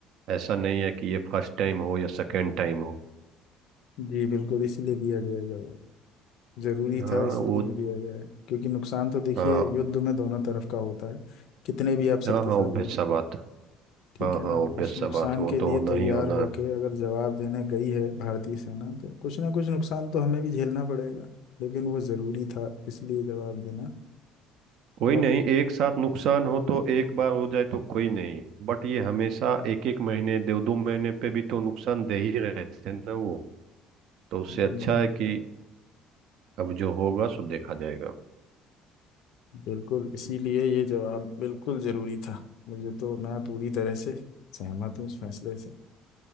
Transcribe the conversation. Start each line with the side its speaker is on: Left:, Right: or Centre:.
Right: ऐसा नहीं है कि ये फर्स्ट टाइम हो या सेकंड टाइम हो
Left: जी बिल्कुल इसीलिए दिया गया है जवाब जरूरी
Right: हाँ
Left: था इसीलिए
Right: वो
Left: दिया गया है क्योंकि नुकसान तो देखिए
Right: हाँ
Left: युद्ध में दोनों तरफ का होता है कितने भी आप शक्तिशाली
Right: हाँ हाँ ऑब्वियस
Left: हो
Right: सा बात
Left: ठीक
Right: हाँ
Left: है
Right: हाँ
Left: ना
Right: ऑब्वियस
Left: उस नुकसान
Right: सा बात वो
Left: के लिए
Right: तो होना
Left: तैयार
Right: ही होना
Left: होके
Right: है
Left: अगर जवाब देने गई है भारतीय सेना तो कुछ ना कुछ नुकसान तो हमें भी झेलना पड़ेगा लेकिन वो जरूरी था इसलिए जवाब देना
Right: कोई
Left: और
Right: नहीं एक साथ नुकसान हो तो एक बार हो जाए तो कोई नहीं बट ये हमेशा एक एक महीने दो दो महीने पे भी तो नुकसान दे ही रहे थे ना वो तो उससे
Left: हम्म,
Right: अच्छा है कि अब जो होगा सो देखा जाएगा
Left: बिल्कुल इसीलिए ये जवाब बिल्कुल जरूरी था मुझे तो मैं पूरी तरह से सहमत हूँ इस फैसले से